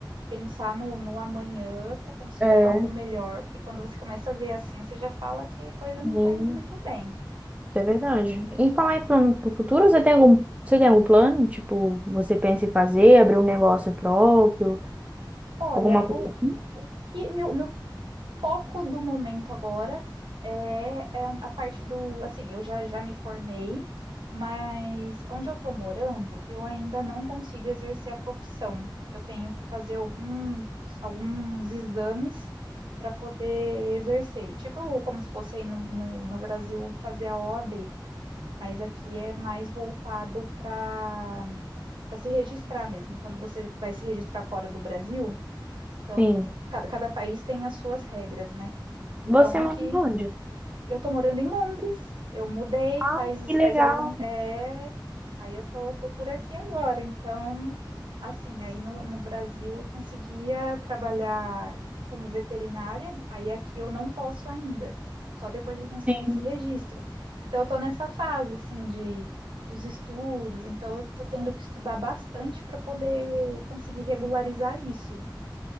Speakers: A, on the right; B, on the right.
A: pensar no, no amanhã para conseguir
B: É,
A: algo melhor, porque quando você começa a ver assim, você já fala que a coisa não
B: sim
A: está indo muito bem.
B: é verdade. E falar em plano pro futuro, você tem algum, você tem algum plano? Tipo, você pensa em fazer, abrir um negócio próprio,
A: Olha,
B: alguma coisa
A: o,
B: assim?
A: o que meu, meu foco do momento agora é, é a parte do, assim, eu já, já me formei, mas onde eu estou morando, eu ainda não consigo exercer a profissão. Eu tenho que fazer alguns, alguns exames para poder exercer. Tipo, como se fosse aí no, no, no Brasil fazer a OAB, mas aqui é mais voltado para para se registrar mesmo. Quando você vai se registrar fora do Brasil, então,
B: Sim.
A: cada, cada país tem as suas regras, né? Então,
B: Você
A: aqui,
B: mora onde?
A: eu tô morando em Londres, eu mudei
B: Ah,
A: faz,
B: que legal.
A: faz algum. É, aí eu tô, tô por aqui agora. Então, assim, aí no, no Brasil eu conseguia trabalhar como veterinária, aí aqui eu não posso ainda, só depois que eu conseguir
B: Sim.
A: esse registro. Então, eu tô nessa fase, assim, de. Dos estudos, então eu tô tendo que estudar bastante para poder conseguir regularizar isso